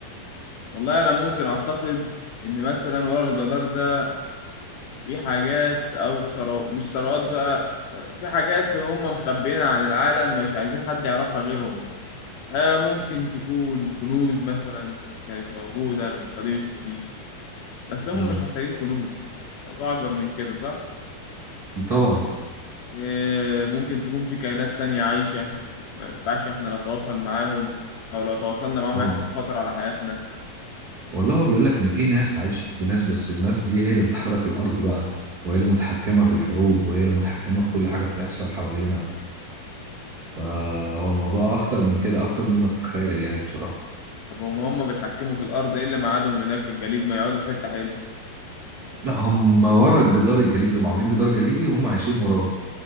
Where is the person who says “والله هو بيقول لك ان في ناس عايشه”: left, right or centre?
Right